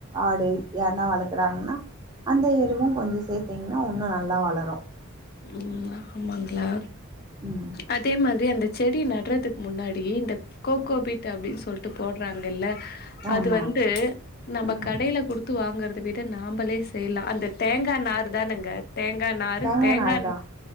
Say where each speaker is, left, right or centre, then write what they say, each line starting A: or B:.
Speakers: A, on the right (about 20°); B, on the left (about 45°).
A: ஆடு யார்னா வளக்றாங்ன்னா அந்த எருவும் கொஞ்சம் சேத்திங்ன்னா வுன்னு நல்லா வளரும்
B: உம் ஆமாங்ளா
A: ம்
B: அதே மாதி ரி அந்த செடி நட்றதுக்கு முன்னாடி இந்த கோகோபீட்
A: ம்
B: அப்டின் சொல்ட்டு போட்றாங்ல்ல
A: ஆமாம்
B: அது வந்து நம்ம
A: ம்
B: கடையில குடுத்து வாங்கறத விட நாம்பளே செய்லா அந்த தேங்கா நார் தானுங்க தேங்கா நார்
A: தேங்காய்
B: தேங்கான்
A: நார் தான்